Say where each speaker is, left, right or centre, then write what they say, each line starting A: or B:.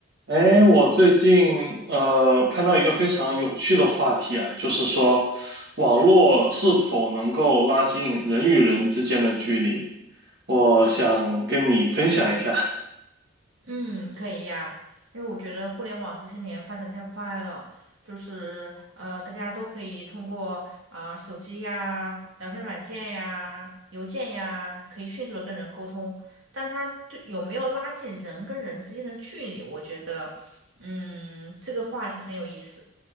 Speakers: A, on the right; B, on the right.
A: 哎，我最近呃看到一个非常有趣的话题啊，就是说网络是否能够拉近人与人之间的距离，我想跟你分享一下。
B: 嗯，可以呀，因为我觉得互联网这些年发展太快了，就是呃，大家都可以通过啊、呃手机呀、聊天软件呀、邮件呀，可以迅速的跟人沟通。但它对有没有拉近人跟人之间的距离，我觉得，嗯，这个话题很有意思，